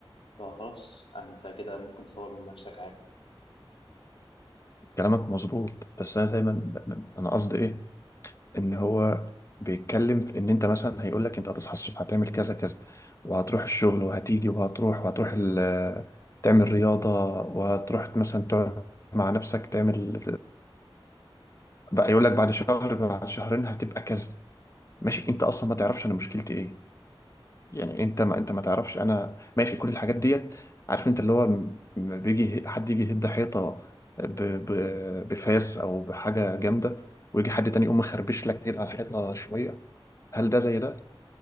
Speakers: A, on the left (about 75°); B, on the left (about 35°).
A: فخلاص انت كده ممكن تطور من نفسك عادي
B: كلامك مظبوط بس أنا دايما ب... أنا قصدي إيه ان هو بيتكلم في ان انت مثلا هيقول لك انت هتصحى الصبح هتعمل كذا كذا وهتروح الشغل وهتيجي وهتروح وهتروح ال... تعمل رياضة وهتروح مثلا تقعد مع نفسك تعمل بقى يقول لك بعد شهر بعد شهرين هتبقى كذا ماشي انت اصلا ما تعرفش انا مشكلتي ايه يعني انت ما انت ما تعرفش انا ماشي كل الحاجات ديت عارف انت اللي هو لما بيجي حد يجي يهد حيطة ب... ب... بفاس او بحاجة جامدة ويجي حد تاني يقوم مخربش لك كده على الحيطة شوية هل ده زي ده؟